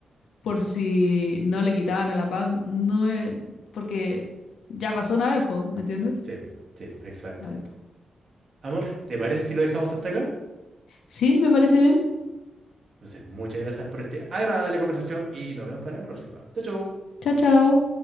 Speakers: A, on the left (about 80°); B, on the right (about 50°).
A: por si no le quitaban a la Pam, no es- porque ya pasó una vez, po, ¿me entiendes?
B: Sí, po, sí, po, exacto.
A: Exacto.
B: Amor, ¿te parece si lo dejamos hasta acá?
A: Sí, me parece bien.
B: Entonces, muchas gracias por esta agradable conversación y nos vemos para la próxima. Chau, chau.
A: Chao, chao.